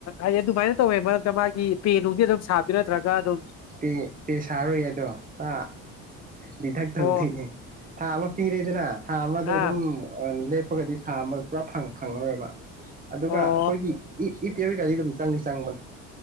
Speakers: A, on the left; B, on the right.
A: ꯍꯤꯏꯗꯤ ꯑꯗꯨꯃꯥꯏꯅ ꯇꯧꯋꯦ ꯃꯔꯛꯇ ꯃꯥꯒꯤ ꯄꯦ ꯅꯨꯡꯗꯤ ꯑꯗꯨꯝ ꯁꯥꯗꯣꯏ ꯅꯠꯇ꯭ꯔꯒ ꯑꯗꯨꯝ
B: ꯄꯦ ꯄꯦ ꯁꯥꯔꯔꯣꯏꯌꯦ ꯑꯗꯣ ꯃꯥ ꯗꯤꯗꯛ ꯇꯧꯗꯣꯏꯅꯦ
A: ꯑꯣ
B: ꯊꯥ ꯑꯃ ꯄꯤꯔꯦꯗꯅ ꯊꯥ ꯑꯃꯗꯣ
A: ꯑꯥ
B: ꯑꯗꯨꯝ ꯑ ꯂꯦꯞ ꯍꯥꯞꯄꯒꯗꯤ ꯊꯥ ꯑꯃ ꯄꯨꯔꯥ ꯐꯪ ꯐꯪꯉꯔꯣꯏꯕ ꯑꯗꯨꯒ
A: ꯑꯣ
B: ꯑꯈꯣꯏꯒꯤ ꯏ ꯏ ꯄꯤꯃꯤ ꯑꯗꯨꯝ ꯆꯡꯗꯤ ꯆꯡꯕꯅꯦ